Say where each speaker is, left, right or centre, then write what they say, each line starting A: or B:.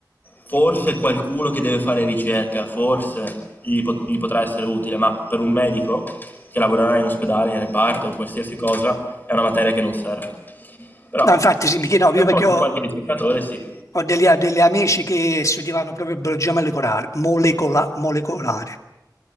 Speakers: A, on the left (about 25°); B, on the left (about 50°).
A: forse qualcuno che deve fare ricerca, forse gli, pot- gli potrà essere utile, ma per un medico che lavorerà in ospedale, in reparto, qualsiasi cosa, è una materia che non serve. Però
B: no, infatti sì, mi chiedevo,
A: per
B: io perché
A: forse
B: ho,
A: qualche ricercatore sì.
B: ho degli, degli amici che studiavano proprio biologia molecolare, molecola- molecolare.